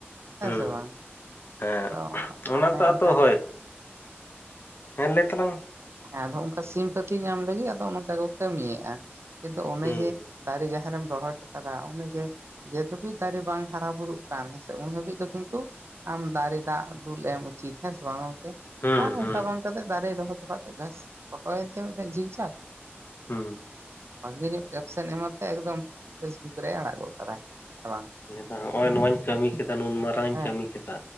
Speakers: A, on the right; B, on the left.
A: ᱦᱮᱸ
B: ᱦᱩᱸ
A: ᱥᱮ ᱵᱟᱝ
B: ᱦᱮᱸ
A: ᱟᱫᱚ ᱛᱟᱦᱚᱞᱮ
B: ᱚᱱᱟ ᱫᱚ ᱟᱫᱚ
A: ᱚᱱᱠᱟ
B: ᱦᱳᱭ ᱦᱮᱸ ᱞᱟᱹᱭ ᱛᱟᱞᱟᱝ
A: ᱦᱮᱸ ᱟᱫᱚ ᱚᱱᱠᱟ ᱥᱤᱢᱯᱷᱟᱹᱛᱤ ᱧᱟᱢ ᱞᱟᱹᱜᱤᱫ ᱟᱫᱚ ᱚᱱᱠᱟ ᱠᱚ ᱠᱟᱹᱢᱤᱭᱮᱫᱼᱟ ᱠᱤᱱᱛᱩ ᱚᱱᱮ
B: ᱦᱩᱸ
A: ᱡᱮ ᱫᱟᱨᱮ ᱡᱟᱦᱟᱸᱨᱮᱢ ᱨᱚᱦᱚᱭ ᱦᱚᱴᱚ ᱠᱟᱫᱟ ᱚᱱᱮ ᱡᱮ ᱡᱮ ᱫᱷᱟᱹᱵᱤᱡ ᱫᱟᱨᱮ ᱵᱟᱝ ᱦᱟᱨᱟᱼ ᱵᱩᱨᱩᱜ ᱠᱟᱱ ᱦᱮᱸ ᱥᱮ ᱩᱱ ᱦᱟᱹᱵᱤᱡ ᱫᱚ ᱠᱤᱱᱛᱩ ᱟᱢ ᱫᱟᱨᱮ ᱫᱟᱜ ᱫᱩᱞ ᱮᱢ ᱩᱪᱤᱛ ᱦᱮᱸ ᱥᱮ ᱵᱟᱝ ᱜᱚᱝᱠᱮ
B: ᱦᱩᱸ
A: ᱟᱨ
B: ᱦᱩᱸ
A: ᱚᱱᱠᱟ ᱵᱟᱝ ᱠᱟᱛᱮᱜ ᱫᱟᱨᱮ ᱨᱚᱦᱚᱭ ᱦᱚᱴᱚᱠᱟᱜ ᱯᱷᱴᱳ ᱭᱮᱛᱮ ᱡᱤᱣ ᱪᱟᱠ
B: ᱦᱩᱸ
A: ᱵᱷᱟᱹᱜᱤ ᱧᱚᱜ ᱠᱮᱯᱥᱮᱱ ᱮᱢᱛᱮ ᱮᱠᱫᱚᱢ ᱯᱷᱮᱥᱵᱩᱠ ᱨᱮᱭ ᱟᱲᱟᱜ ᱜᱚᱫ ᱠᱟᱫᱟᱭ ᱮ ᱵᱟᱝ
B: ᱱᱚᱜ ᱚᱭ ᱱᱚᱣᱟᱧ ᱠᱟᱹᱢᱤ ᱠᱮᱫᱟ ᱱᱩᱱ ᱢᱟᱨᱟᱝ ᱤᱧ
A: ᱦᱮᱸ
B: ᱠᱟᱹᱢᱤ ᱠᱮᱫᱟ